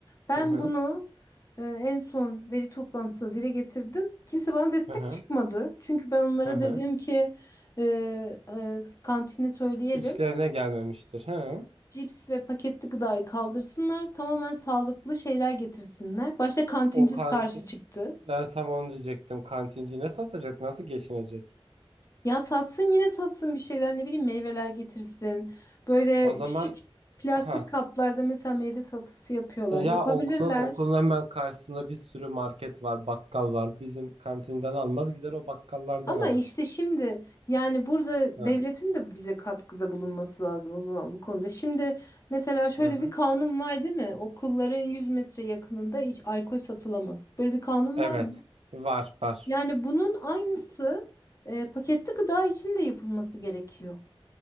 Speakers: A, on the left (about 35°); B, on the right (about 85°).
A: Ben
B: Hı hı.
A: bunu e, en son veri toplantısında dile getirdim. Kimse bana destek
B: Hı hı.
A: çıkmadı. Çünkü ben onlara
B: Hı hı.
A: dedim ki e, e, kantini söyleyelim
B: İşlerine gelmemiştir. Hı.
A: cips ve paketli gıdayı kaldırsınlar, tamamen sağlıklı şeyler getirsinler. Başta kantinci
B: O kanti
A: karşı çıktı.
B: e, tam onu diyecektim. Kantinci ne satacak? Nasıl geçinecek?
A: Ya satsın yine satsın bir şeyler ne bileyim meyveler getirsin. Böyle
B: O zaman
A: küçük plastik
B: ha
A: kaplarda mesela meyve salatası yapıyorlar.
B: ya
A: Yapabilirler.
B: okulun okulun hemen karşısında bir sürü market var, bakkal var. Bizim kantinden almaz, gider o bakkallardan
A: Ama
B: alır.
A: işte şimdi yani burada
B: Hı
A: devletin de bize katkıda bulunması lazım o zaman bu konuda. Şimdi mesela şöyle
B: hı. hı.
A: bir kanun var değil mi? Okulların 100 metre yakınında hiç alkol satılamaz. Böyle bir kanun
B: Evet.
A: var mı?
B: Var, var.
A: Yani bunun aynısı e, paketli gıda için de yapılması gerekiyor.